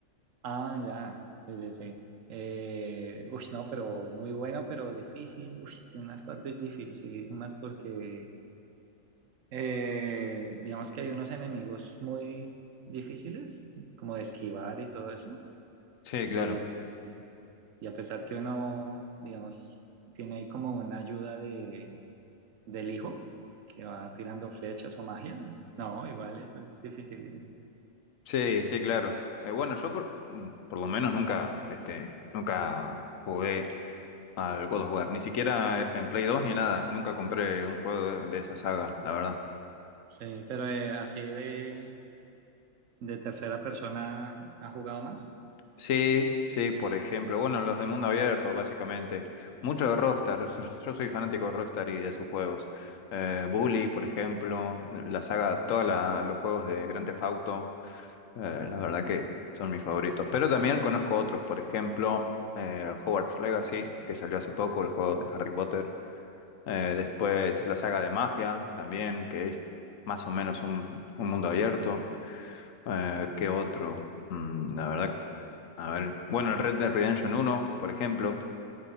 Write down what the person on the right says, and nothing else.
Ah, ya, sí, sí, sí. Eh, uy, no, pero muy bueno, pero difícil. Uy, tiene unas partes dificilísimas porque Eh, digamos que hay unos enemigos muy difíciles, como de esquivar y todo eso.
Eh, Sí. y a pesar que uno, digamos, tiene ahí como una ayuda de, del hijo que va tirando flechas o magia, no, igual eso es difícil.
Sí, pero eh, así de, de tercera persona ha jugado más.